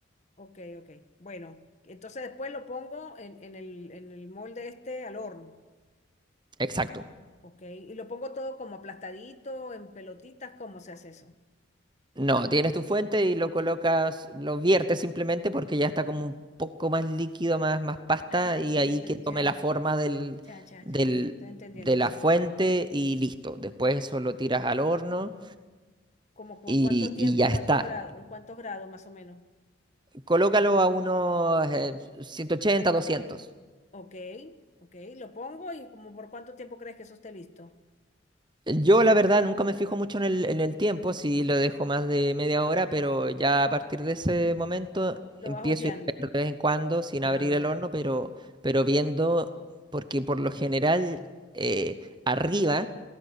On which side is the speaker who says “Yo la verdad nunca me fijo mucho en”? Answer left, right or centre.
Right